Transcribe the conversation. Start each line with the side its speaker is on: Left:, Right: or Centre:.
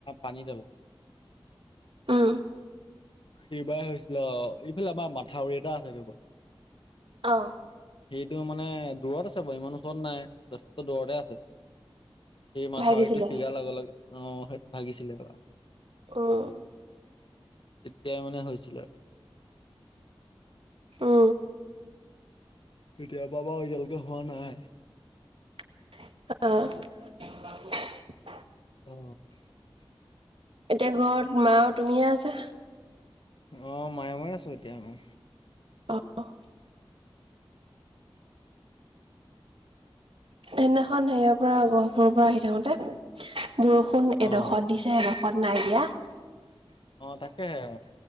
Left: পানী তলত।
Right: উম।
Left: সেইবাই হৈছিল আও। ইফালে আমাৰ মাথাউৰি এটা আছে এইডোখৰত।
Right: অ।
Left: এইটো মানে দূৰত আছে বাৰু ইমান ওচৰত নাই যথেষ্ট দূৰতে আছে। সেই মাথাউৰিটো
Right: ভাগিছিলে।
Left: ছিগা লগে লগে অহ সেইটো ভাগিছিলে কা
Right: উম,
Left: তেতিয়াই মানে হৈছিলে।
Right: অ
Left: কেতিয়াবাবা এতিয়ালৈকে হোৱা নাই
Right: আহ।
Left: অ
Right: এতিয়া ঘৰত মা আৰু তুমিহে আছা
Left: অঁ মায়ে ময়ে আছো এতিয়া অ
Right: অ অহ সেইদিনাখন হেৰিয়ৰ পৰা গহপুৰৰ পৰা আহি থাকোতে বৰষুণ
Left: অ',
Right: এডোখৰত দিছে এড- খত নাই দিয়া
Left: অ তাকেহে